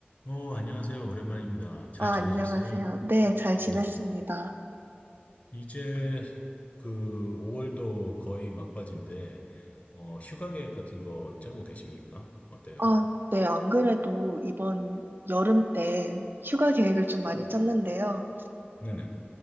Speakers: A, on the left; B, on the right.
A: 어, 안녕하세요. 오랜만입니다. 잘
B: 아,
A: 지내셨어요?
B: 안녕하세요. 네, 잘 지냈습니다.
A: 네. 이제 그 5월도 거의 막바지인데, 어, 휴가 계획 같은 거 짜고 계십니까? 어때요?
B: 아, 네, 안 그래도 이번 여름 때 휴가 계획을 좀 많이
A: 음.
B: 짰는데요.
A: 네네.